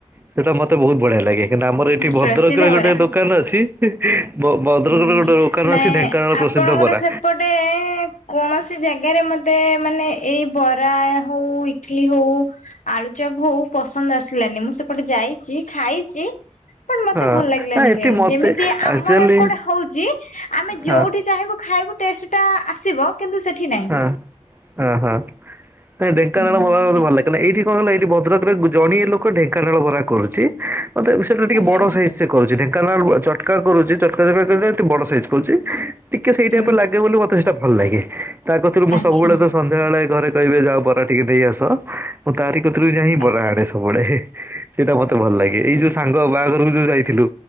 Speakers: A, on the right (about 15°); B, on the left (about 85°).
A: ସେଇଟା ମତେ ବହୁତ ବଢିଆ ଲାଗେ କାହିଁକି ନା ଆମ ଏଠି ଭଦ୍ରକ
B: ପ୍ରସିଦ୍ଧ
A: ରେ
B: ପରା
A: ଗୋଟେ ଦୋକାନ ଅଛି। ଭ ଭଦ୍ରକରେ
B: ହୁଁ
A: ଗୋଟେ ଦୋକାନ
B: ନାଇଁ
A: ଅଛି ଢେଙ୍କାନାଳ ପ୍ରସିଦ୍ଧ
B: ଆପଣଙ୍କର
A: ବରା।
B: ସେପଟେ କୌଣସି ସେ ଜାଗାରେ ମୋତେ ମାନେ ଏଇ ବରା ହଉ ଇଟଲିି ହଉ ଆଳୁଚପ ହୋଉ ପସନ୍ଦ ଆସିଲାନି ମୁଁ ସେପଟେ ଯାଇଛି ଖାଇଛି। ବଟ୍ ମତେ
A: ହଁ
B: ଭଲ ଲାଗିଲାନି
A: ନା ଏଠି
B: କାହିଁକି
A: ମତେ
B: ଯେମିତି ଆମର
A: ଆକ୍ଚୁଆଲି
B: ଏପ ହଉଛି ଆମେ ଯୋଉଠି
A: ହଁ
B: ଚାହିଁବୁ ଖାଇବୁ ଟେଷ୍ଟ ଟା ଆସିବ। କିନ୍ତୁ ସେଠି ନାହିଁ।
A: ହଁ ହଁ ହଁ ନାଇଁ ଢେଙ୍କାନାଳ
B: ହୁଁ
A: ବରା ମତେ ଭଲ ଲାଗେ କାରଣ ଏଇଠି କଣ ନା ଏଇଠି ଭଦ୍ରକରେ ଜଣିଏ ଲୋକ ଢେଙ୍କାନାଳ ବରା କରୁଛି। ତଥାପି ସେଟା ଟିକେ
B: ଆଚ୍ଛା
A: ବଡ଼ ସାଇଜ୍ ସିଏ କରୁଛି ଢ଼େଙ୍କା କାରଣ ଚଟକା କରୁଛି ଚଟକା ଯାକ ଟିକେ ବଡ ସାଇଜ୍ କରୁଛି ଟିକେ ସେଇ
B: ହୁଁ
A: ଟାଇପରେ ଲାଗେ ବୋଲି ମତେ ସେଟା ଭଲ ଲାଗେ। ତା କତିରୁ ମୁଁ
B: ଆଚ୍ଛା
A: ସବୁବେଳେ ତ ସନ୍ଧ୍ୟାବେଳେ ଘରେ କହିବେ ଯା ବରା ଟିକେ ନେଇ ଆସ ମୁଁ ତାରି କତିରୁ ବି ଯାଇଁ
B: ଆଚ୍ଛା
A: ବରା ଆଣେ ସବୁବେଳେ ସେଇଟା ମତେ ଭଲ ଲାଗେ ଏଇ ଯୋଉ ସାଙ୍ଗ ବାହାଘରକୁ ଯୋଉ ଯାଇଥିଲୁ।